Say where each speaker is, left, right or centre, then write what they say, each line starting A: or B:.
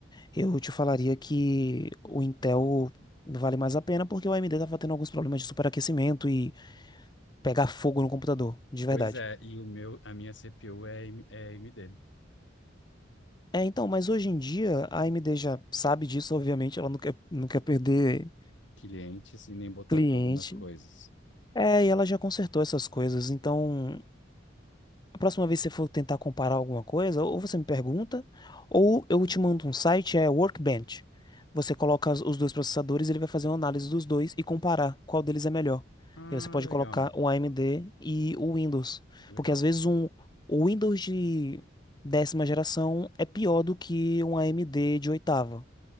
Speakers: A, on the left; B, on the left.
A: Eu te falaria que o Intel vale mais a pena porque o AMD estava tendo alguns problemas de superaquecimento e pegar fogo no computador, de
B: Pois
A: verdade.
B: é, e o meu, a minha CPU é, AM- é AMD.
A: É, então, mas hoje em dia a AMD já sabe disso, obviamente, ela não quer, não quer perder
B: Clientes e nem botar
A: cliente.
B: fogo nas coisas.
A: É, e ela já consertou essas coisas, então A próxima vez que você for tentar comparar alguma coisa, ou você me pergunta, ou eu te mando um site, é Workbench. Você coloca as- os dois processadores, ele vai fazer uma análise dos dois e comparar qual deles é melhor.
B: Ah,
A: E aí você pode
B: legal,
A: colocar o AMD e o Windows,
B: legal.
A: porque às vezes um o Windows de décima geração é pior do que um AMD de oitava.